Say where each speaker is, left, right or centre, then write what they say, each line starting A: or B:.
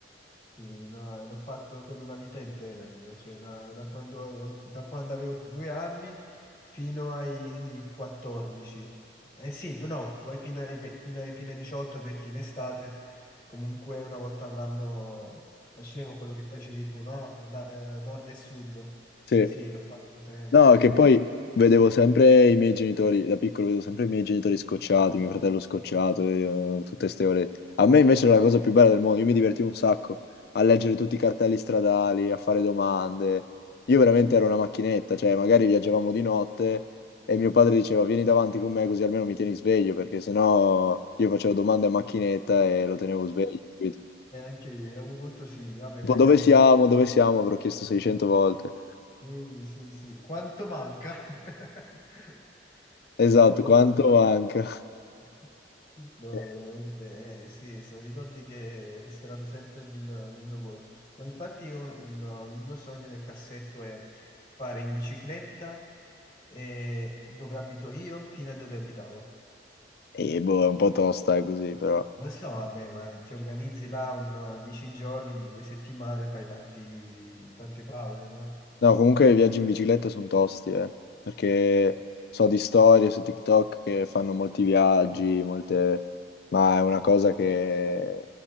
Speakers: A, on the left; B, on the left.
A: sì, no, eh, l'ho fatto per una vita intera io, cioè da, da quando, ho- da quando avevo due anni fino ai 14. Eh sì, p- no, poi fino ai, ve- fino ai, fino ai 18 perché in estate comunque una volta all'anno facevo quello che facevi tu, no? Da- eh, nord e sud.
B: Sì.
A: Sì, l'ho fatto sempre.
B: No, che poi vedevo sempre i miei genitori, da piccolo vedevo sempre i miei genitori scocciati, mio fratello scocciato, e, eh, tutte ste ore. A me invece era la cosa più bella del mondo, io mi divertivo un sacco a leggere tutti i cartelli stradali, a fare domande. Io veramente ero una macchinetta, cioè magari viaggiavamo di notte e mio padre diceva vieni davanti con me così almeno mi tieni sveglio, perché sennò io facevo domande a macchinetta e lo tenevo sveglio. capito?
A: E anche io, eravamo molto simili, vabbè,
B: Tipo
A: penso
B: dove siamo,
A: che un po'... ci sta.
B: dove siamo, avrò chiesto 600 volte.
A: Sì, sì, sì. Quanto manca? <laughs>
B: Esatto,
A: La famosa...
B: quanto
A: quanto-
B: manca?
A: <laughs> No,
B: <laughs>
A: veramente, eh, sì, sono ricordi che resteranno sempre nel, nel mio cuore. Ma infatti io un, un- un mio sogno nel cassetto è fare in bicicletta eh, dove abito io fino a dove abitavo.
B: E boh, è un po' tosta, eh, così, però.
A: Lo so, vabbè, ma ti organizzi là un eh, 10 giorni, due settimane, fai tanti, tante pause, no?
B: No, comunque i viaggi in bicicletta sono tosti, eh, perché so di storie su TikTok che fanno molti viaggi, molte... ma è una cosa che